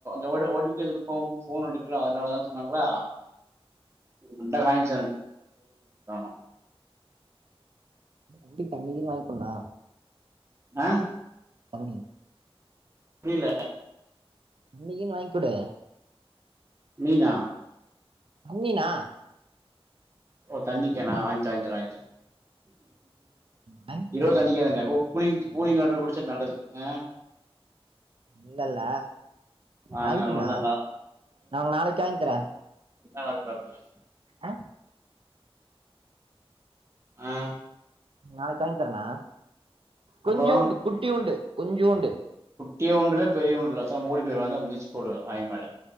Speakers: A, on the right (about 25°); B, on the right (about 60°).
A: ஓ டி பி கேக்க கூ போன் எடுக்கல அதனாலதான் சொன்னாங்களா உண்டகாஞ் <unintelligible>
B: வண்டிக் அண்ணிக்குன் வாய்ங்குடுணா
A: ஆஹ்
B: அமனி
A: புரியல
B: அன்னிக்குன் வாய்ங்க் குடு
A: நீீனா
B: அம்மீனா
A: ஓ தண்ணி கேனா வாய்ட்ட வாங்ட வாங்தரே
B: வாங்கி குடுண்ணா
A: இருவ தண்ணிகே தான ஓ கூலிங் கூலிங் வாட்டர் குடிச்சா நல்லது ஆஹ்
B: இல்லல்ல
A: ஆ,
B: வாங்க்கொண்ணா
A: நல்லா நல்லா
B: நா நாளைக்கு வாங்த்தறே
A: என்ன நல் <unintelligible>
B: ஆ
A: ஆஹ்
B: நாளிக் காய்ல் தரனா
A: அப்புறம்
B: கொஞ்சூண்டு குட்டியூண்டு கொஞ்சோண்டு
A: டிய ஒன்றுலே பெரிய ஒன்றுலே பேசாம மூடிப் போய்வாங்கி வந்தே மிதிச்சு போடுவ ஆய் மேல